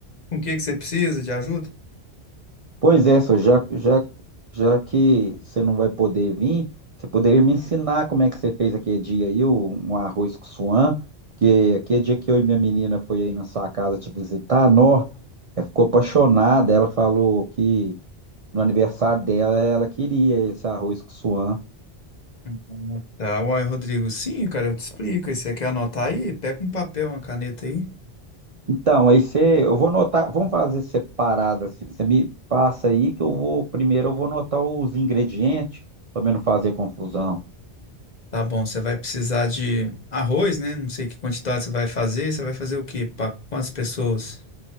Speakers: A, on the left; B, on the right.
A: Com o que que você precisa de ajuda?
B: Pois é, só já, já, já que você não vai poder vir, você poderia me ensinar como é que você fez aquele dia aí, o- um arroz com suã, porque aquele dia que eu e minha menina foi aí na sua casa te visitar, nó, ela ficou apaixonada, ela falou que no aniversário dela ela queria esse arroz com suã.
A: Ah, Tá, uai, Rodrigo, sim, cara, eu te explico. E Você quer anotar aí? Pega um papel, uma caneta aí.
B: Então, aí você, eu vou anotar, vamos fazer separado assim, você me passa aí que eu vou, primeiro eu vou anotar os ingredientes, para não fazer confusão.
A: Tá bom, você vai precisar de arroz, né? Não sei que quantidade você vai fazer. Você vai fazer o quê? Para quantas pessoas?